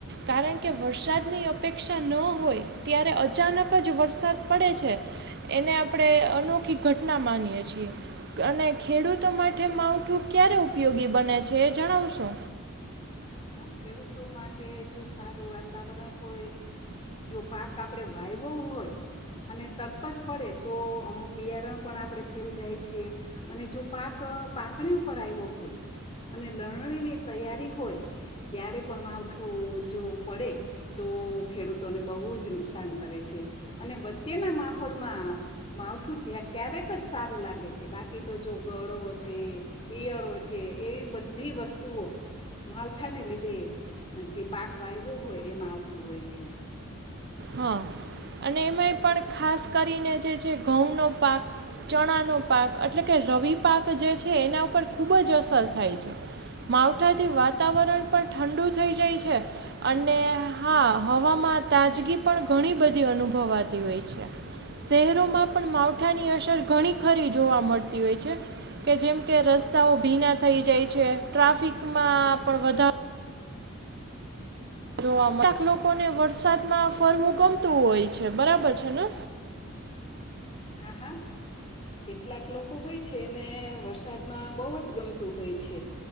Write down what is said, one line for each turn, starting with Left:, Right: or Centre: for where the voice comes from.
Right: કારણ કે વરસાદની અપેક્ષા ન હોય ત્યારે અચાનક જ વરસાદ પડે છે. એને આપણે અનોખી ઘટના માનીએ છીએ, અને ખેડૂતો માટે માવઠું ક્યારે ઉપયોગી બને છેએ જણાવશો,
Left: હા હા ખેડૂતો માટે જો સારું વાતાવરણ હોય જો પાક આપણે વાવવો હોય અને તરત જ પડે તો અમુક બિયારણ પણ આપણે ફેલ જાય છે, અને જો પાક પાકણી ઉપર આવ્યો હોય અને લણવા ની તૈયારી હોય. ત્યારે પણ માવઠું જો પડે તો ખેડૂતોને બહુ જ નુકસાન કરે છે, અને વચ્ચેના માહોલમાં માવઠું ક્યારેક જ સારું લાગે છે, બાકી તો જો ગળો છે, ઈયળો છે, એવી બધી વસ્તુઓ, માવઠાને લીધે જે પાક વાવ્યો હોય એમાં આવતું હોય છે.
Right: હા અને એમાંય પણ ખાસ કરીને જે છે ઘઉંનો પાક ચણાનો પાક એટલે કે રવિ પાક જે છે એના ઉપર ખૂબ જ અસર થાય છે, માવઠાથી વાતાવરણ પણ ઠંડુ થઈ જાય છે અને હા હવામાં તાજગી પણ ઘણી બધી અનુભવાતી હોય છે શહેરોમાં પણ માવઠાની અસર ઘણી ખરી જોવા મળતી હોય છે, કે જેમ કે રસ્તાઓ ભીના થઈ જાય છે, ટ્રાફિકમાં પણ વધારો જોવા કેટલા લોકોને વરસાદમાં ફરવું ગમતું હોય છે બરાબર છે ને.
Left: હા હા કેટલાક લોકો હોય છે એને વરસાદમાં બહુ જ ગમતું હોય છે,